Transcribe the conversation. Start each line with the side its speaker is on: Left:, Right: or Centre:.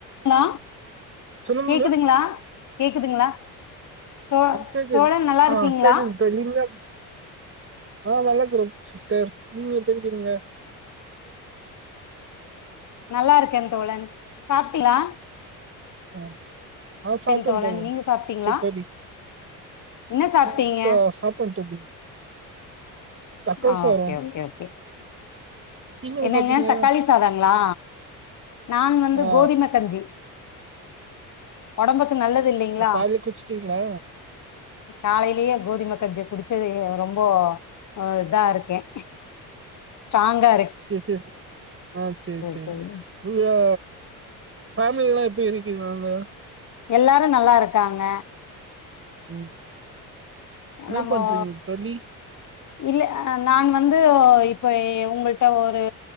Left: ஹலோ
Right: சொல்லுங்க
Left: கேக்குதுங்களா கேக்குதுங்களா தோ
Right: அ கேக்குது
Left: தோழன் நல்லா
Right: ஆ
Left: இருக்கீங்களா
Right: கேக்துங்க தோழி‌ நீங்க ஆ நல்லருக்றோம் சிஸ்டர் நீங்க எப்படி இருக்கிறிங்க
Left: நல்லா இருக்கேன் தோழன் சாப்ட்டீயா
Right: உம் ஆஹ் சாப்டன்
Left: என்
Right: தோழன்
Left: நீங்க சாப்ட்டீங்களா
Right: ச்சீ தோழி
Left: என்ன சாப்ட்டீங்க
Right: ஆஹ் தோ சாப்டன் தோழி தக்காளி
Left: ஆஹ்
Right: சாதோ
Left: ஓகே ஓகே ஓகே
Right: நீங்க என்ன
Left: என்னங்க
Right: சாப்ட்டீங்க
Left: தக்காளி சாதங்ளா நான் வந்து
Right: ஆ
Left: கோதுமெ கஞ்சி ஒடம்புக் கு நல்லது இல்லதில்லிங்ளா
Right: காலைல குளிச்சிட்டீங்களா
Left: காலேலயே கோதுமெ கஞ்ச குடிச்செது ரொம்ப அஹ் தான் இருக்கேன் ஸ்டாங்கா
Right: சேர் சேர் ஆஹ் சேரி சேரி
Left: சரி
Right: <unintelligible> ஆ ஃபேமிலிலல்லா எப்டி இருக்கீறாங்க
Left: எல்லாரோ நல்லா இருக்காங்க
Right: உம் என்னா
Left: நம்மோ
Right: பண்றீங் தோழி
Left: இல்ல ஆ நான் வந்து ஓ இப்ப ஏ உங்கள்ட்ட ஒரு